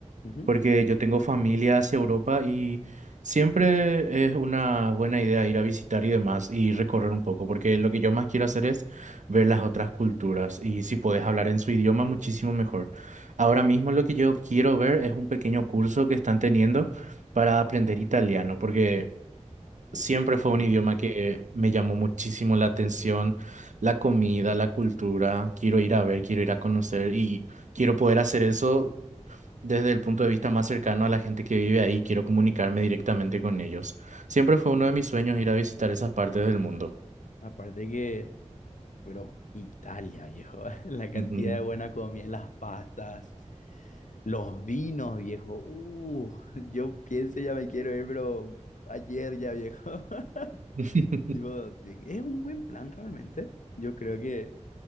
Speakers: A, on the left; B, on the right.
A: Ujú.
B: porque yo tengo familia hacia Europa y siempre es una buena idea ir a visitar y demás y recorrer un poco, porque lo que yo más quiero hacer es ver las otras culturas y si puedes hablar en su idioma, muchísimo mejor. Ahora mismo lo que yo quiero ver es un pequeño curso que están teniendo para aprender italiano, porque...
A: Uf,
B: Siempre
A: italiano.
B: fue un idioma que me llamó muchísimo la atención, la comida, la cultura. Quiero ir a ver, quiero ir a conocer y quiero poder hacer eso desde el punto de vista más cercano a la gente que vive ahí, quiero comunicarme directamente con ellos. Siempre fue uno de mis sueños ir a visitar esas partes del mundo.
A: Aparte que Bro, Italia, viejo. <laughs> La cantidad
B: Ujú,
A: de buena comida, las pastas, los vinos, viejo. Uh, yo pienso ya me quiero ir, pero ayer ya, viejo. <laughs>
B: <laughs>
A: Tipo, de- es un buen plan realmente. Yo creo que...